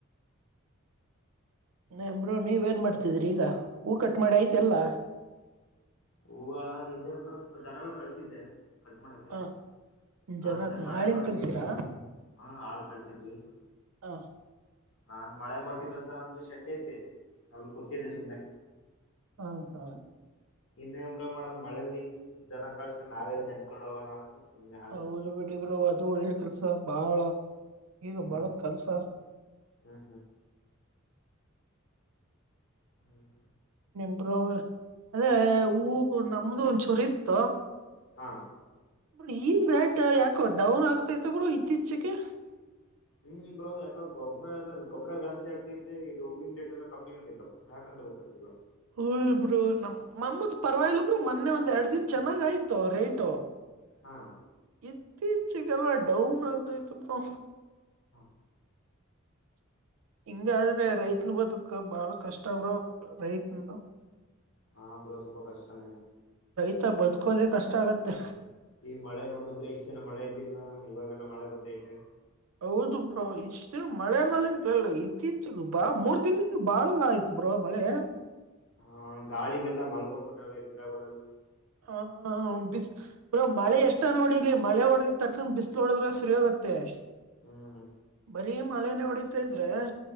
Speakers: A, on the right (about 85°); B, on the left (about 65°).
A: ನ ಬ್ರರು ನೀವ ಏನ್ ಮಾಡ್ತಿದ್ರಿ ಈಗ ಹಊಕಟ್ ಮಾಡಿ ಆಐತಿ ಎಲ್ಲಾ
B: ಹೂವ ಇದೇ ಒಬ್ರು ಸ್ವಲ್ಪ ಜನಗಳು ಕಳ್ಸಿದ್ದೆ ಕಟ್ ಮಾಡಕ್ಕೆ
A: ಹ
B: ನಾನ್ಲ್ಲ
A: ಜನ
B: ಮಳೆ
A: ಆಳಿನ
B: ಬರ್ತಿದ್ದ
A: ಕಳ್ಸಿರಾ
B: ಹ ಹಾಳ್ ಕಳ್ಸಿದ್ವಿ
A: ಹ
B: ನಾನ್ ಮಳೆ ಬರ್ತಿದ್ದ ಅಂತ ನಮ್ದು ಶೆಡ್ ಐತೆ ಅಲ್ ಗೊತ್ತಿದ್ದತೆ ಸುಮ್ಮ್ನೆ
A: ಹಾ ಹಾ
B: ಇನ್ನೇಮ್ರ ಮಾಡಂಗ ಮಳೇಲಿ ಜನ ಕಳ್ಸ್ಕೊಂಡ್ ನಾವೆ ಎಲ್ಲಿ ನೆನ್ಕೊಂಡ್ ಹೋಗೋಣ ಅಂತ ಸುಮ್ನೆ ಆದೆ.
A: ಹ ಬಿಟ್ಟರು ಅದು ಒಳ್ಳೆ ಕೆಲ್ಸ ಬಾಳ ಈಗ
B: ಹ್ಮ್
A: ಬಾಳ ಕೆಲ್ಸ
B: ಹ್ಮ್ ಹ್ಮ್
A: ನಿರು ಅದೇ ಹೂ ನಮ್ದು ಒಂದಚೂರಿ ಇತ್ತು
B: ಹಾ
A: ಬ್ರ ಈಗ ರೇಟ್ ಯಾಕೋ ಡೌನ್ ಆಗ್ತೈತೆ ಬ್ರೂ ಇತ್ತೀಚೆಗೆ
B: ಹ್ಮ್ ಬ್ರೋ ಯಾಕ ಗೊಬರ ಎಲ್ಲ ಗೊಬ್ಬರ ಜಾಸ್ತಿ ಆಗ್ತತಿ ಮತ್ತ ಇದು ಹೂನ್ ಟೇಟ್ ಎಲ್ಲ ಕಮ್ಮಿ ಆಗ್ತೈತಪ್ಪ ಯಾಕಂತ ಗೊತ್ತಾಗ್ತಿಲ್ಲ
A: ಹ ಇಬ್ರರು ನಮ್ ನಮ್ಮತ್ ಪರವಾಗಿಲ್ಬರು ಮೊನ್ನೆ ಒಂದ್ ಎರಡು ದಿನ ಚೆನ್ನಾಗ್ ಆಯ್ತು ರೇಟ
B: ಹಾ
A: ಇತ್ತೀಚೆಗೆಲ್ಲ ಡೌನ್ ಆಗ್ತೈತ್ತು ಬ್ರ
B: ಹಾ
A: ಹಿಂಗಾದ್ರೆ ರೈತನ ಬದುಕ್ ಬಾಳ ಕಷ್ಟಬ್ರ ರೈತ <unintelligible>
B: ಹಾ ಬ್ರೋ ಸ್ವಲ್ಪ ಕಷ್ಟನೇ
A: ಮತ್ತ ಬದುಕೋದ ಕಷ್ಟ ಆಗತ್ತೆ
B: ಈ ಮಳೆ ನೋಡಿದ್ರೆ ಇಷ್ಟ್ ಜನ ಮಳೆ ಇದ್ದಿಲ್ಲ ಇವಾಗೆಲ್ಲಾ ಮಳೆ ಗೊತ್ತೈತೆ
A: ಹೌದು ಬ್ರೋ ಇಷ್ಟ ದಿನ ಮಳೆನ್ನ ಇತ್ತೀಚೆಗೆ ಬ ಮೂರ್ ದಿನದಿಂದ ಬಾಳ ಆಯ್ತು ಬ್ರೋ ಹಳಯಾ
B: ಹ ಗಾಳಿಗೆಲ್ಲ ಮಲ್ಕೊಂಬಿಟ್ಟೆ ಗಿಡಗಳಲ್ಲ
A: ಹ ಬಿಸ್ ಪ ಮಳೆ ಎಷ್ಟ ನೋಡಿಲ್ಲಿ ಮಳೆ ಹೊಡದ ತಕ್ಕ ಬಿಸ್ಲು ಹೊಡದ್ರೆ ಸರಿಯೋಗುತ್ತ ಮ
B: ಹ್ಮ್
A: ಬರೀ ಮಳೆನೇ ಹೊಡಿತಾ ಇದ್ರೆ